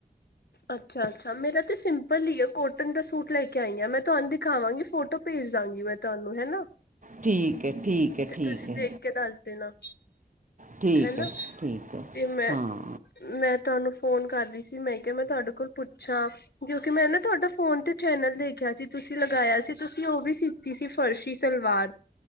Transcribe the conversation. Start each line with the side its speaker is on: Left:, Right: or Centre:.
Left: ਅੱਛਾ ਅੱਛਾ ਮੇਰਾ ਤੇ ਸਿੰਪਲ ਹੀ ਆ ਕੋਟਨ ਦਾ ਸੂਟ ਲੈਕੇ ਆਈ ਆ ਮੈਂ ਤੁਹਾਨੂੰ ਦਿਖਾਵਾਂਗੀ ਫੋਟੋ ਭੇਜ ਦਾਂਗੀ ਮੈਂ ਤੁਹਾਨੂੰ ਹੈ ਨਾ।
Right: ਠੀਕ ਹੈ। ਠੀਕ ਹੈ
Left: ਤੇ
Right: ਠੀਕ
Left: ਤੁਸੀਂ
Right: ਹੈ
Left: ਦੇਖ ਕੇ ਦੱਸ ਦੇਨਾ।
Right: ਠੀਕ
Left: ਹੈਨਾ,
Right: ਹੈ ਠੀਕ ਹੈ
Left: ਤੇ ਮੈਂ
Right: ਹਾਂ
Left: ਮੈਂ ਤੁਹਾਨੂੰ ਫੋਨ ਕਰਦੀ ਸੀ ਮੈਂ ਕਿਹਾ ਮੈਂ ਤੁਹਾਡੇ ਕੋਲ ਪੁੱਛਾਂ, ਕਿਉਂਕਿ ਮੈਂ ਨਾ ਤੁਹਾਡਾ ਫੋਨ ਤੇ ਚੈਨਲ ਦੇਖਿਆ ਸੀ, ਤੁਸੀਂ ਲਗਾਇਆ ਸੀ ਤੁਸੀਂ ਉਹ ਵੀ ਸੀਤੀ ਸੀ ਫਰਸ਼ੀ ਸਲਵਾਰ।